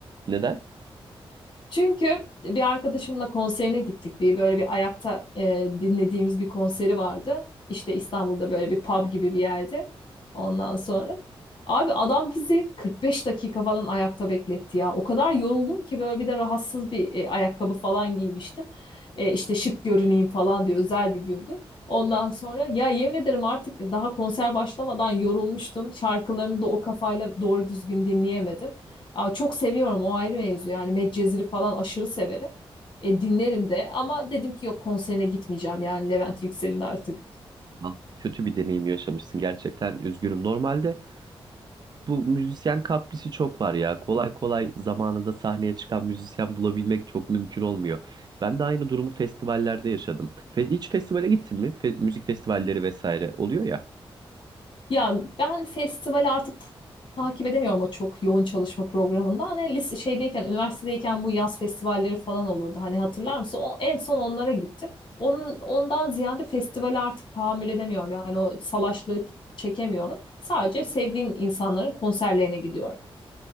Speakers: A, on the right; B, on the left.
A: Neden?
B: Çünkü bir arkadaşımla konserine gittik. Bir böyle bir ayakta e, dinlediğimiz bir konseri vardı. İşte İstanbul'da böyle bir pub gibi bir yerde. Ondan sonra abi adam bizi 45 dakika falan ayakta bekletti ya. O kadar yoruldum ki böyle bir de rahatsız bir e, ayakkabı falan giymiştim. E, işte şık görüneyim falan diye özel bir gündü. Ondan sonra ya yemin ederim artık daha konser başlamadan yorulmuştum. Şarkılarını da o kafayla doğru düzgün dinleyemedim. Aa, çok seviyorum o ayrı mevzu yani Medcezir'i falan aşırı severim. E, dinlerim de ama dedim ki yok konserine gitmeyeceğim yani Levent Yüksel'in artık.
A: Lan, Kötü bir deneyim yaşamışsın gerçekten. Üzgünüm. Normalde Bu müzisyen kaprisi çok var ya. Kolay kolay zamanında sahneye çıkan müzisyen bulabilmek çok mümkün olmuyor. Ben de aynı durumu festivallerde yaşadım. Fe- hiç festivale gittin mi? Fe- müzik festivalleri vesaire oluyor ya.
B: Ya ben festival artık
A: Evet.
B: takip edemiyorum o çok yoğun çalışma programında. Hani lise şeydeyken, üniversitedeyken bu yaz festivalleri falan olurdu. Hani hatırlar mısın? O, en son onlara gittim. Onun, ondan ziyade festivali artık tahammül edemiyorum. Yani o salaşlığı çekemiyorum. Sadece sevdiğim insanların konserlerine gidiyorum.